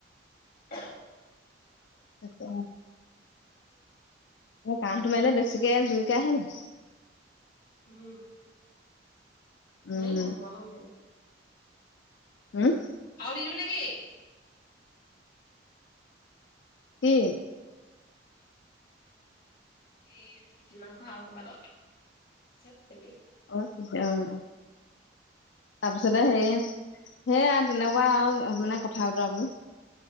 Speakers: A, on the left; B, on the left.
A: উ <unintelligible>
B: ত <unintelligible> কাহটো মাৰিলে বেছিকে জোৰকে আহে নেকি।
A: উম।
B: উম
A: মাৰিলে <unintelligible>
B: হুম।
A: আৰু দিলো নেকি।
B: কি?
A: এ খাচী মাংস আৰু কেইবা <unintelligible>
B: অ' শুদ্ধ অ'।
A: <unintelligible>
B: তাৰপিছতে সে সেয়া তেনেকুৱা আৰু মানে কথা বতৰাবোৰ।